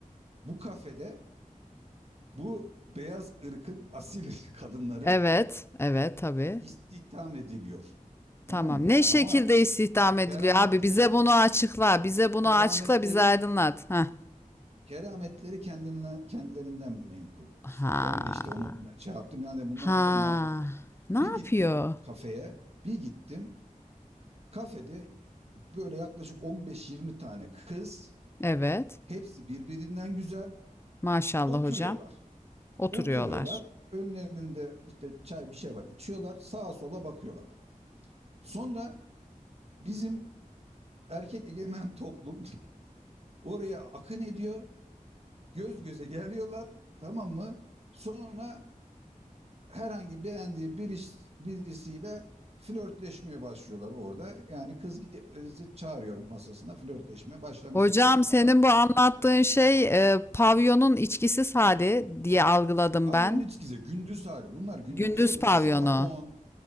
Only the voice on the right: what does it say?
Bu kafede bu beyaz ırkın asil <laughs> kadınları
istihdam ediliyor.
Tamam mı?
Yani
ama
kerametleri
kerametleri
kerametleri kendine, kendilerinden menkul.
Ben de işte onu şey yaptım. Yani bunlar
burada ne yapıyor?
Bir
gittim kafeye, bir gittim. Kafede böyle yaklaşık 15-20 tane kız,
hepsi birbirinden güzel
oturuyorlar.
Oturuyorlar. Önlerinde işte çay bir şey var. içiyorlar. Sağa sola bakıyorlar. Sonra bizim erkek egemen toplum <laughs> oraya akın ediyor. Göz göze geliyorlar. Tamam mı? Sonra herhangi beğendiği bir iş- birisiyle flörtleşmeye başlıyorlar orada. Yani kız kızı çağırıyor masasına flörtleşme başlamış
oluyor falan.
Pavyonun
içkisi gündüz hali. Bunlar gündüz
oluyor
ya sabah on,